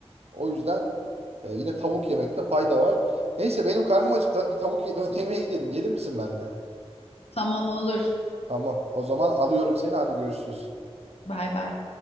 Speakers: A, on the right; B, on the left.
A: O yüzden e, yine tavuk yemekte fayda var. Neyse benim karnım acıktı. Hadi bir tavuk ye- <laughs> yemeğe gidelim. Gelir misin benimle?
B: Tamam olur.
A: Tamam. O zaman alıyorum seni. Hadi görüşürüz.
B: Bay bay.